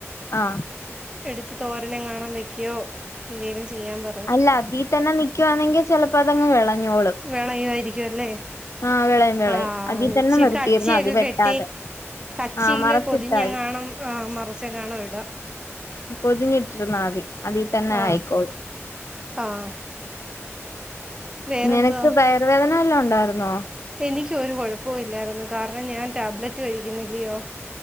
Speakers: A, on the left; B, on the right.
A: ആഹ്
B: എടുത്ത് തോരനെങ്ങാണു വെയ്ക്കോ എന്തെേലും ചെയ്യാൻ പറ
A: അല്ല അതി തന്നെ നിക്കുവാണെങ്കി ചെലപ്പോ അതങ്ങ് വിളഞ്ഞോളും.
B: വെളയായിരിക്കും അല്ലേ
A: ആഹ് വിളയും വിളയും
B: ആഹ്
A: അതീ തന്നെ
B: ച്ചി
A: നിർത്തിയിരുന്നാ
B: കച്ചിയൊക്കെ
A: മതി വെട്ടാതെ
B: കെട്ടി കച്ചിയില്
A: ആഹ് മറച്ചിട്ടാ
B: പൊതിഞ്ഞ്
A: മതി
B: കാണം മറച്ച് കാണോം ഇട
A: പൊതിഞ്ഞിട്ടിരുന്നാംതി അതിൽ തന്നെ
B: ആഹ്
A: ആയിക്കോളൂ
B: ആഹ് വേറെന്തുവാ
A: നിനക്ക് വയർുവേദന വല്ലോ ണ്ടായിരുന്നോ
B: എനിക്ക് ഒരു കൊഴപ്പവുംല്ലായിരുന്നു കാരണം ഞാൻ ടാബ്ലറ്റ് കഴിക്കുന്നില്ലയോ